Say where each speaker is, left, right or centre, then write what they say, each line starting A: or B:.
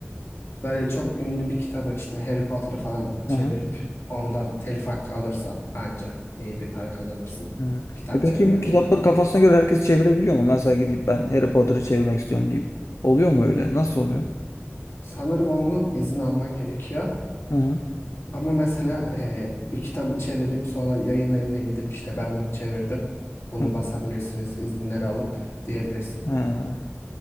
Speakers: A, on the left; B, on the left.
A: Böyle çok ünlü bir kitabı işte Harry Potter'ı falan çevirip
B: Aha,
A: ondan telif hakkı alırsan anca iyi bir para kazanırsın
B: hı.
A: kitap
B: E peki
A: çevirmenine.
B: bu kitapları kafasına göre herkes çevirebiliyor mu? Mesela gidip ben Harry Potter'ı çevirmek istiyorum deyip. Oluyor mu öyle? Nasıl oluyor?
A: Sanırım onun izin alman gerekiyor.
B: Hı hı.
A: Ama mesela eee, bir kitabı çevirip sonra yayın evine gidip işte ben bunu çevirdim. Bunu
B: Hı hı.
A: basabilirsiniz izinleri alıp diyebilirsin.
B: He,